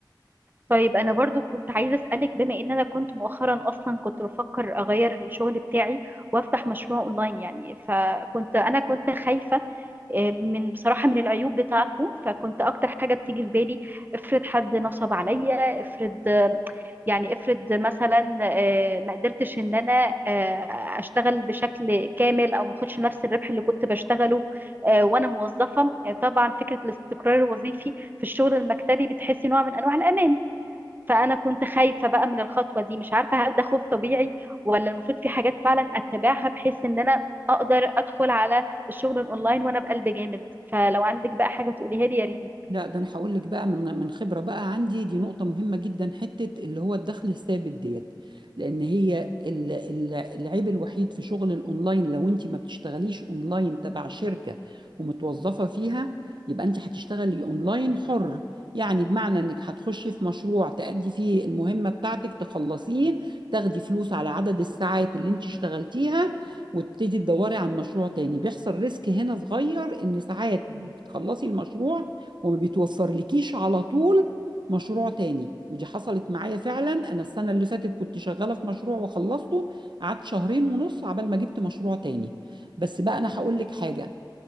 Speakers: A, on the right (about 25°); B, on the right (about 70°).
A: طيب انا برضو كنت عايزه اسالك بما ان انا كنت مؤخرا اصلا كنت بفكر اغير الشغل بتاعي وافتح مشروع اونلاين يعني فكنت انا كنت خايفه آه، من بصراحه من العيوب بتاعته فكنت اكتر حاجه بتيجي في بالي افرض حد نصب عليا افرض يعني افرض مثلا آه، ما قدرتش ان انا آه، اشتغل بشكل كامل او ما اخدش نفس الربح اللي كنت بشتغله آه، وانا موظفه آه، طبعا فكره الاستقرار الوظيفي في الشغل المكتبي بتحسي نوع من انواع الامان فانا كنت خايفه بقى من الخطوه دي مش عارفه هل ده خوف طبيعي ولا المفروض في حاجات فعلا اتبعها بحيث ان انا اقدر ادخل على الشغل الاونلاين وانا بقلب جامد فلو عندك بقى حاجه تقوليها لي يا ريت
B: لا ده انا هقول لك بقى من من خبره بقى عندي دي نقطه مهمه جدا حته اللي هو الدخل الثابت ديت لان هي ال- ال- العيب الوحيد في شغل الاونلاين لو انت ما بتشتغليش اونلاين تبع شركه ومتوظفه فيها يبقى انت هتشتغلي اونلاين حر يعني بمعنى انك هتخشي في مشروع تأدي فيه المهمه بتاعتك تخلصيه تاخدي فلوس على عدد الساعات اللي انت اشتغلتيها وتبتدي تدوري عن مشروع تاني بيحصل ريسك هنا صغير ان ساعات بتخلصي المشروع وما بيتوفرلكيش على طول مشروع تاني ودي حصلت معايا فعلا انا السنه اللي فاتت كنت شغاله في مشروع وخلصته قعدت شهرين ونص عبال ما جبت مشروع تاني بس بقى انا هقول لك حاجه